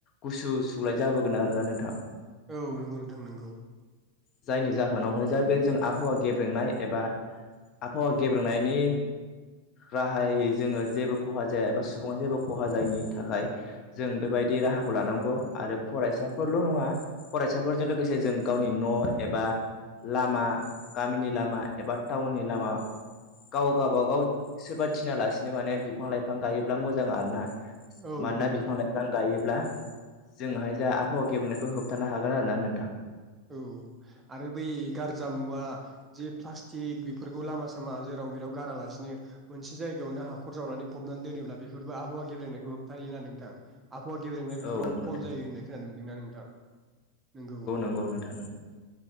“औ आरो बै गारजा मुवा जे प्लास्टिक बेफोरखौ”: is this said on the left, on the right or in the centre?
Right